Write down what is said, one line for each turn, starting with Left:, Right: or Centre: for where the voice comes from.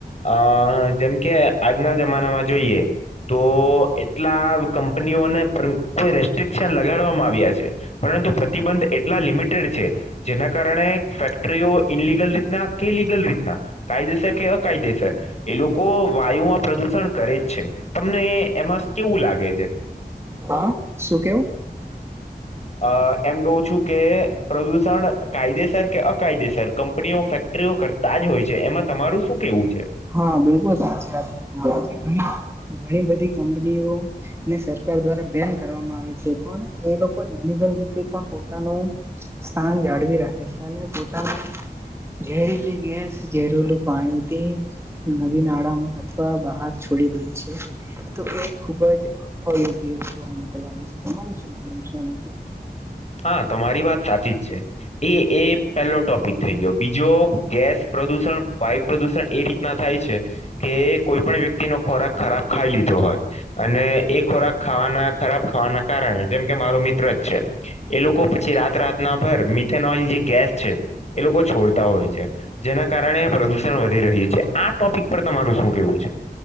Left: અ જેમ કે આજના જમાનામાં જોઈએ. તો એટલા કંપનીઓને કોઈ રેસ્ટ્રિકશન લગાડવામાં આવ્યા છે. પરંતુ પ્રતિબંધ એટલા લિમિટેડ છે. જેના કારણે ફેક્ટરીઓ ઇનલિગલ રીતના કે લીગલ રીતના કાયદેસર કે અકાયદેસર એ લોકો વાયુમાં પ્રદુષણ કરે જ છે. તમને એમાં કેવું લાગે છે?
Right: હા, શું કેવું?
Left: અ, એમ કહું છું કે પ્રદુષણ કાયદેસર કે અકાયદેસર? ધણીની ફેક્ટરીઓ કરતા જ હોય છે, એમાં તમારું શું કેવું છે?
Right: હા, બિલકુલ સાચી વાત. ઘણી બધી કંપનીઓ ને સરકાર દ્વારા બેન કરવામાં આવે છે, પણ એ લોકો ઈલિગલ રીતે પણ પોતાનું સ્થાન જાળી રાખે છે અને પોતાનું. ઝેરીલી ગેસ, ઝેરેલું પાણીથી નદી નાળામાં અથવા બહાર છોડી દે છે. તો એ ખુબ જ અયોગ્ય છે, મને તો લાગે છે. તમારું શું માનવું છે એનાથી?
Left: હા, તમારી વાત સાચી જ છે. એ, એ પહેલો ટોપિક થઈ ગયો. બીજો ગેસ પ્રદુષણ, વાયુ પ્રદુષણ એ રી થાય છે કે કોઈ પણ વ્યક્તિ નો ખોરાક ખરાબ ખાઈ લીધો હોય. અને એ ખોરાક ખાવાના ખરાબ ખાવાના કારણે, જેમ કે મારો મિત્ર છે. એ લોકો પછી રાત રાતના મિથેનોઇલ જે ગેસ છે. એ લોકો છોડતા હોય છે. જેના કારણે પ્રદુષણ વધી રહ્યું છે. આ ટોપિક પર તમારું શું કેવું છે?